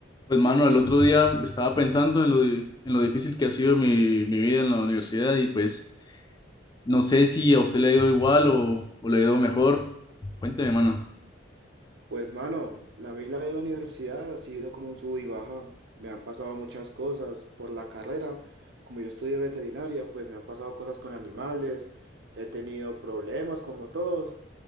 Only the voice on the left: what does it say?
Pues mano, el otro día estaba pensando en lo, di- en lo difícil que ha sido mi, mi vida en la universidad y pues no sé si a usted le ha ido igual o, o le ha ido mejor. Cuénteme, mano.